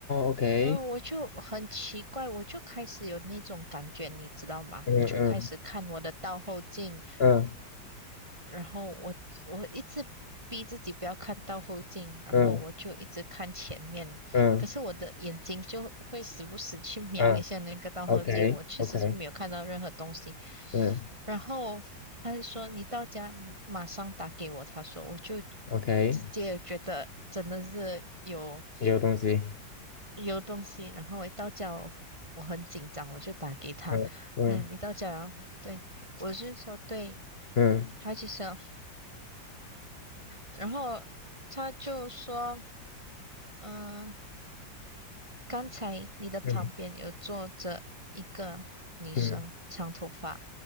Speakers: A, on the left; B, on the right.
A: ，OK，
B: 然后我就很奇怪，我就开始有那种感觉，你知道吗？
A: 嗯嗯
B: 我就开始看我的倒后镜。
A: 嗯
B: 然后我我一直逼自己不要看到后镜，然后我就一直看前面，
A: 嗯嗯
B: 可是我的眼睛就会时不时去瞄一下那个倒后镜，
A: 嗯，OK
B: 我确实是没有看到任何东西。
A: OK，嗯
B: 然后他就说你到家马上打给我，他说我就
A: OK，
B: 直接觉得真的是有
A: 也有东西。
B: 有东西，然后我一到家我我很紧张，我就打给他，
A: 嗯嗯
B: 嗯，你到家然后对，我是说对，
A: 嗯
B: 他就说。然后他就说，嗯，刚才你的旁边有坐着一个女生，
A: 嗯嗯，
B: 长头发，